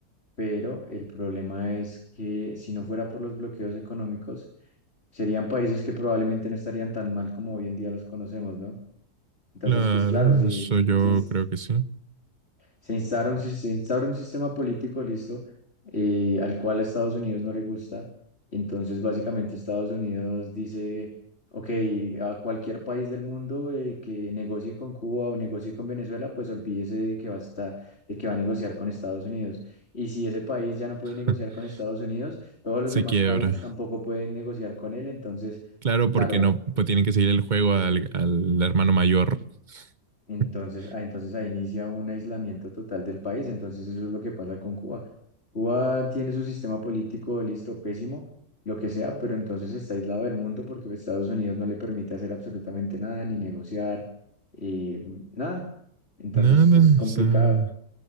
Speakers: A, on the left; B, on the right.
A: pero el problema es que si no fuera por los bloqueos económicos, serían países que probablemente no estarían tan mal como hoy en día los conocemos, ¿no? Entonces,
B: Claro,
A: pues claro, si,
B: eso yo
A: si
B: creo que sí.
A: se instaura un, sis- se instaura un sistema político, listo, eh, al cual a Estados Unidos no le gusta. Entonces, básicamente, Estados Unidos dice, ok, a cualquier país del mundo eh, que negocie con Cuba o negocie con Venezuela, pues olvídese de que va a estar- de que va a negociar con Estados Unidos. Y si ese país ya no puede negociar
B: <laughs>
A: con Estados Unidos, todos los
B: Se
A: demás
B: quiebra.
A: países tampoco pueden negociar con él. Entonces,
B: Claro,
A: claro,
B: porque no, pues tienen que seguir el juego al, al hermano mayor.
A: Entonces,
B: <laughs>
A: ah, entonces ahí inicia un aislamiento total del país. Entonces eso es lo que pasa con Cuba. Cuba tiene su sistema político listo, pésimo, lo que sea, pero entonces está aislado del mundo porque Estados Unidos no le permite hacer absolutamente nada, ni negociar, eh, nada. Entonces
B: Nada,
A: es complicado.
B: o sea,